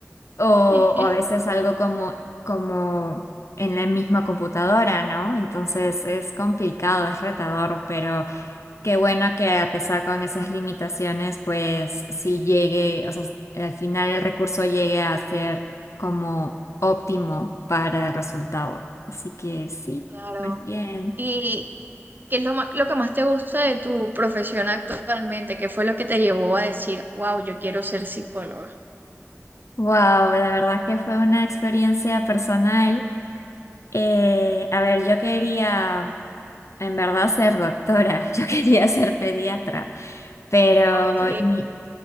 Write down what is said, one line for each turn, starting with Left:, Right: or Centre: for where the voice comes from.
Left: O,
Right: <laughs>
Left: o a veces algo como, como en la misma computadora, ¿no? Entonces es complicado, es retador, pero qué bueno que a pesar con esas limitaciones, pues si llegue, o sea, al final el recurso llegue a ser como óptimo para el resultado. Así que sí,
Right: Claro.
Left: pues bien.
Right: ¿Y qué es lo más, lo que más te gusta de tu profesión actualmente? ¿Qué fue lo que te llevó a decir, wow, yo quiero ser psicóloga?
Left: Wow, la verdad que fue una experiencia personal. Eh, a ver, yo quería en verdad ser doctora, <laughs> yo quería ser pediatra, pero
Right: Ok,
Left: mi,